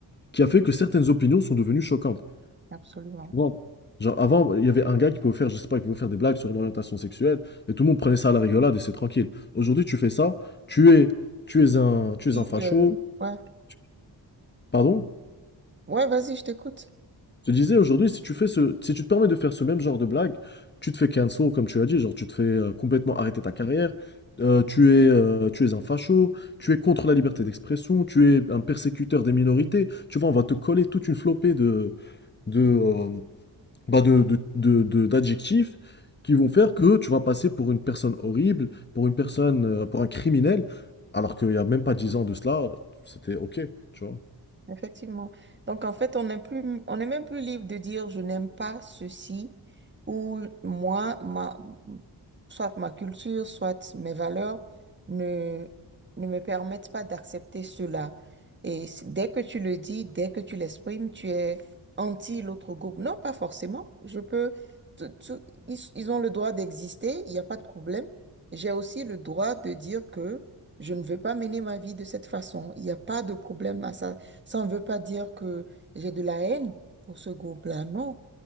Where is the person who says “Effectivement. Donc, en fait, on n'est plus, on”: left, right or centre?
Right